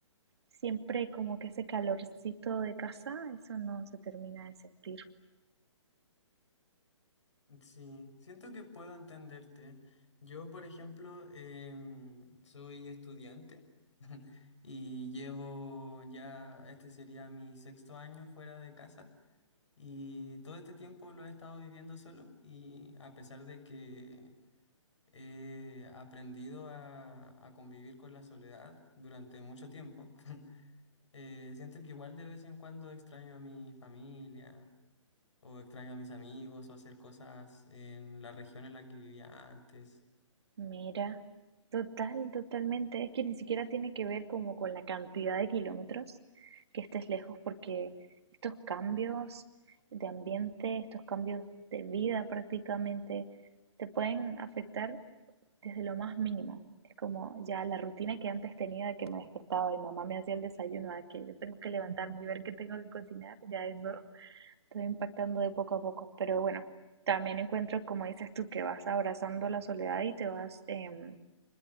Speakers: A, on the right; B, on the left.
A: Siempre como que ese calorcito de casa, eso no se termina de sentir.
B: Sí, siento que puedo entenderte. Yo, por ejemplo, em, soy estudiante <laughs> y llevo ya, este sería mi sexto año fuera de casa y todo este tiempo lo he estado viviendo solo y a pesar de que he aprendido a, a convivir con la soledad durante mucho tiempo, <laughs> eh, siento que igual de vez en cuando extraño a mi familia o extraño a mis amigos, o hacer cosas en la región en la que vivía antes.
A: Mira, total, totalmente. Es que ni siquiera tiene que ver como con la cantidad de kilómetros que estés lejos, porque estos cambios de ambiente, estos cambios de vida prácticamente, te pueden afectar desde lo más mínimo. Es como ya la rutina que antes tenía de que me despertaba y mamá me hacía el desayuno, a que yo tengo que levantarme y ver qué tengo que cocinar, ya eso estoy impactando de poco a poco, pero bueno, también encuentro, como dices tú, que vas abrazando la soledad y te vas em,